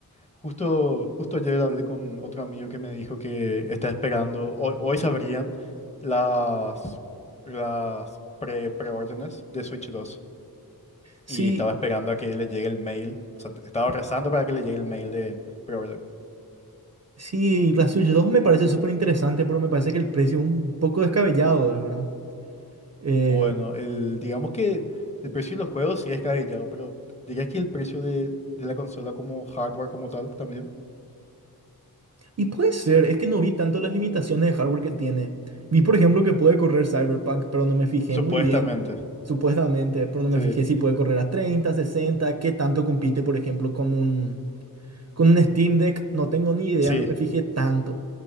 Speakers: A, on the left; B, on the right.
A: justo, justo ayer hablé con otro amigo que me dijo que está esperando, hoy, hoy sabrían las, las pre, preórdenes de Switch dos
B: Sí,
A: y estaba esperando a que le llegue el mail, o sea, estaba rezando para que le llegue el mail de preorden.
B: sí, la Switch 2 me parece súper interesante, pero me parece que el precio es un poco descabellado, es verdad. Eh,
A: Bueno, el, digamos que el precio de los juegos sí es cabellado, pero dirías que el precio de, de la consola como hardware como tal también.
B: Y puede ser, es que no vi tanto las limitaciones de hardware que tiene. Vi, por ejemplo, que puede correr Cyberpunk, pero no me fijé
A: Supuestamente,
B: muy bien, supuestamente, pero no me
A: sí,
B: fijé si puede correr a 30, 60, qué tanto compite, por ejemplo, con un, con un Steam Deck. No tengo ni idea,
A: sí,
B: no me fijé tanto.